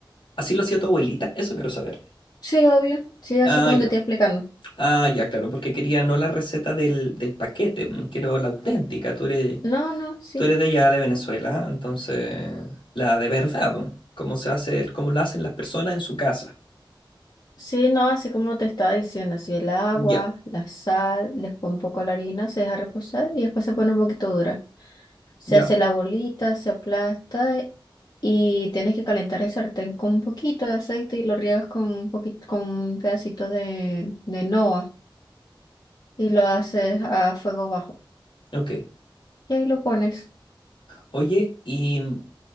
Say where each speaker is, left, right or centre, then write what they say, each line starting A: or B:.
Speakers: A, on the left; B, on the left.
A: ¿Así lo hacía tu abuelita? Eso quiero saber.
B: Sí, obvio, sí, así
A: Ah,
B: como
A: ya.
B: te estoy explicando.
A: Ah, ya, claro, porque quería no la receta del, del paquete, mm, quiero la auténtica. Tú eres,
B: No, no, sí.
A: tú eres de allá de Venezuela, entonces la de verdad, mm, cómo se hace, cómo la hacen las personas en su casa.
B: Sí, no, así como te estaba diciendo, así el agua,
A: Ya,
B: la sal, después un poco la harina, se deja reposar y después se pone un poquito dura. Se
A: ya,
B: hace la bolita, se aplasta y tienes que calentar el sartén con un poquito de aceite y lo riegas con un poquito, con un pedacito de, de noa. y lo haces a fuego bajo.
A: ok.
B: Y ahí lo pones.
A: Oye, y mm,